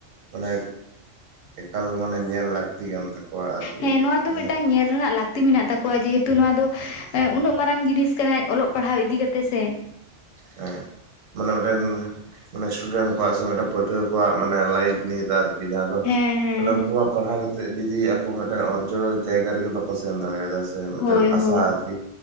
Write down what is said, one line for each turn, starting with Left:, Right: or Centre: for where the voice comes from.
Right: ᱢᱟᱱᱮ ᱮᱠᱟᱞ ᱢᱟᱱᱮ ᱧᱮᱞ ᱞᱟᱹᱠᱛᱤ ᱠᱟᱱ ᱛᱟᱠᱚᱣᱟ ᱟᱨᱠᱤ
Left: ᱦᱮᱸ ᱱᱚᱶᱟ ᱫᱚ
Right: ᱡᱟᱦᱟᱸ
Left: ᱢᱤᱫᱴᱟᱝ ᱧᱮᱞ ᱨᱮᱱᱟᱜ ᱞᱟᱠ ᱞᱟᱹᱠᱛᱤ ᱢᱮᱱᱟᱜ ᱛᱟᱠᱚᱣᱟ ᱡᱮᱦᱮᱛᱩ ᱱᱚᱣᱟ ᱫᱚ ᱩᱱᱟᱹᱜ ᱢᱟᱨᱟᱝ ᱡᱤᱱᱤᱥ ᱠᱟᱱᱟ ᱚᱞᱚᱜ ᱯᱟᱲᱦᱟᱣ ᱤᱫᱤ ᱠᱟᱛᱮᱜ ᱥᱮ
Right: ᱦᱮᱸ ᱢᱟᱱᱮ ᱱᱚᱰᱮ ᱢᱟᱱᱮ ᱥᱴᱩᱰᱮᱱᱴ ᱠᱚᱣᱟᱜ ᱥᱮ ᱢᱤᱫᱴᱟᱱ ᱯᱟᱹᱴᱷᱩᱣᱟᱹ ᱠᱚᱣᱟᱜ ᱢᱟᱱᱮ ᱞᱟᱭᱤᱯᱷ ᱱᱤᱭᱟᱨ ᱡᱟᱦᱟᱸ ᱫᱚ
Left: ᱦᱮᱸ ᱦᱮᱸ
Right: ᱢᱟᱱᱮ ᱩᱱᱠᱩᱣᱟᱜ ᱯᱟᱲᱦᱟᱣ ᱠᱟᱛᱮᱫ ᱡᱩᱫᱤ ᱟᱠᱚ ᱢᱤᱫᱴᱮᱱ ᱚᱨᱡᱚ ᱡᱟᱭᱜᱟ ᱨᱮᱜᱮ ᱵᱟᱠᱚ ᱥᱮᱱ ᱫᱟᱲᱮᱭᱟᱫᱟ ᱥᱮ ᱢᱤᱫᱴᱮᱱ
Left: ᱦᱳᱭ
Right: ᱟᱥᱟ
Left: ᱦᱳᱭ
Right: ᱟᱨᱠᱤ